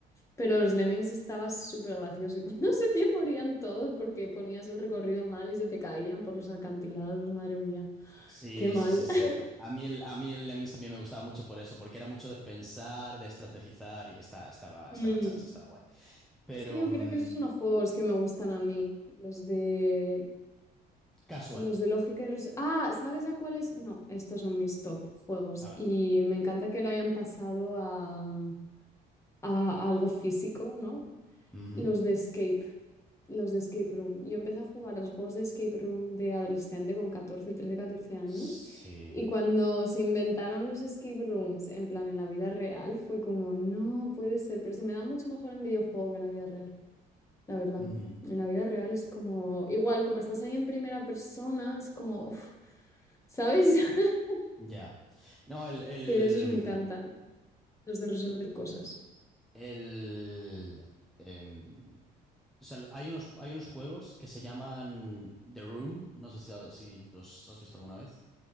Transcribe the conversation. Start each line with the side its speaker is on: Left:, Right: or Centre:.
Left: Pero los Lemmings estaba súper gracioso y cuando <laughs> se te morían todos porque ponías el recorrido mal y se te caían por los alcantilados, madre mía,
Centre: Sí,
Left: qué mal.
Centre: sí, sí, sí.
Left: <laughs>
Centre: A mí el, a mí el Lemmings también me gustaba mucho por eso, porque era mucho de pensar, de estrategizar y está, estaba,
Left: Mm,
Centre: estaba chachi, estaba guay. Pero
Left: Es que yo
Centre: mm,
Left: creo que esos son los juegos que me gustan a mí, los de
Centre: casual,
Left: Los de lógica y res- Ah, ¿sabes a cuáles? No, estos son mis top juegos.
Centre: a ver.
Left: Y me encanta que lo hayan pasado a, a algo físico, ¿no?
Centre: Ujú.
Left: Los de Escape, los de Escape Room. Yo empecé a jugar a los juegos de Escape Room de adolescente con 14, 13, catorce años.
Centre: Sí.
Left: Y cuando se inventaron los escape rooms, en plan en la vida real, fue como, no puede ser, pero se me da mucho mejor en videojuego que en la vida la verdad.
Centre: Ujú.
Left: En la vida real es como, igual, como estás ahí en primera persona, es como, uf, ¿sabes? <laughs>
Centre: Ya. No, el, el,
Left: Pero esos me encantan, los de resolver cosas.
Centre: el, em, o sea, hay unos, hay unos juegos que se llaman The Room, no sé si, si los has visto alguna vez,